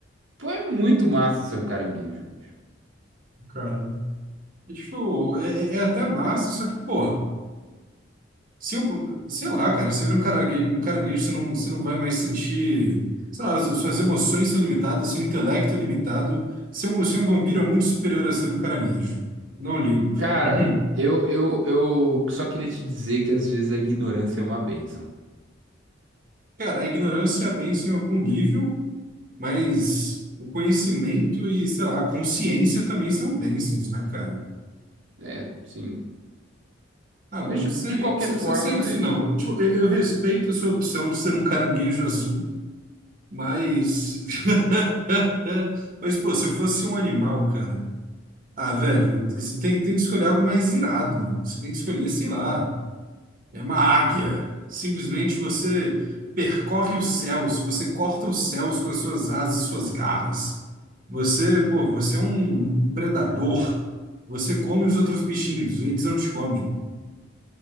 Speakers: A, on the right; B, on the right.
A: Pô, é muito massa ser um caranguejo, bicho.
B: cara. E, tipo, é, é é até massa, só que, porra, se eu, sei lá, cara, se vira um caranguejo, um caranguejo, você não, você não vai mais sentir, sei lá, as- suas emoções são limitadas, seu intelecto é limitado. Ser um, ser um vampiro é muito superior a ser um caranguejo. Não ligo.
A: Cara,
B: <laughs>
A: eu, eu, eu só queria te dizer que às vezes a ignorância é uma bênção.
B: Cara, a ignorância é bênção em algum nível, mas o conhecimento e, sei lá, a consciência também são bênçãos, né, cara?
A: É, sim.
B: Ah,
A: Mas
B: mas não
A: de,
B: sei,
A: de qualquer
B: sei,
A: forma.
B: sei sei disso não. Eu, tipo, eu- eu respeito a sua opção de ser um caranguejo azul, mas. <laughs> Mas, pô, se eu fosse um animal, cara. Ah, velho, você tem, tem que escolher algo mais irado, mano. Você tem que escolher, sei lá, é uma águia. Simplesmente você percorre os céus, você corta os céus com as suas asas e suas garras. Você, pô, você é um um predador. Você come os outros bichinhos, eles não te comem.